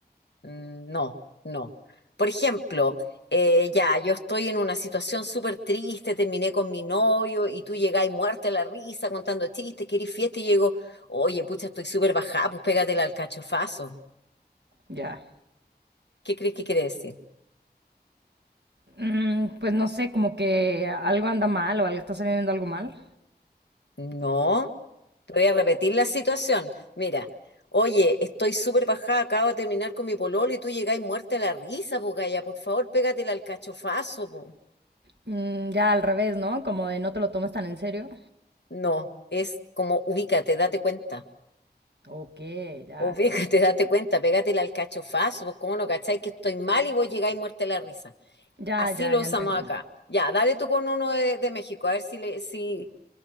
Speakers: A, on the left; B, on the right.
A: Mm, No, no. Por ejemplo, eh, ya, yo estoy en una situación súper triste, terminé con mi novio y tú llegáis muerta a la risa contando chistes, querís fiesta y llego, oye, pucha, estoy súper bajada, pues pégatela al cachofazo.
B: Ya.
A: ¿Qué crees que quiere decir?
B: Mm, pues no sé, como que algo anda mal o algo está saliendo algo mal.
A: No, te voy a repetir la situación. Mira, oye, estoy súper bajada, acabo de terminar con mi pololo y tú llegáis muerta a la risa, pues Gaya, por favor, pégatela al cachofazo, po.
B: Mm, ya al revés, ¿no? Como de no te lo tomes tan en serio.
A: No, es como ubícate, date cuenta.
B: Ok, ya.
A: Ubícate, <laughs> date cuenta, pégatela al cachofazo, pues cómo no cacháis que estoy mal y vos llegáis muerta a la risa.
B: Ya,
A: Así
B: ya,
A: lo
B: ya
A: usamos
B: entendí.
A: acá. Ya, dale tú con uno de, de México, a ver si le, si,